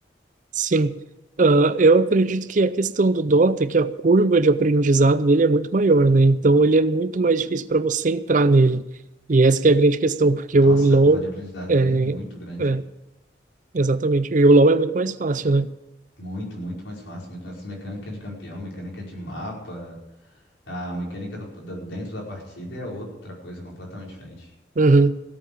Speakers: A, on the right (about 45°); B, on the left (about 85°).
A: sim. Ah, eu acredito que a questão do Dota é que a curva de aprendizado dele é muito maior, né? Então ele é muito mais difícil para você entrar nele. E essa que é a grande questão, porque
B: Nossa,
A: o LoL
B: a curva de aprendizado
A: é,
B: dele é muito grande.
A: é, exatamente. E o LoL é muito mais fácil, né?
B: Muito, muito mais fácil. Muito mais mecânica de campeão, mecânica de mapa, a mecânica do- da- dentro da partida é outra coisa completamente diferente.
A: Uhum.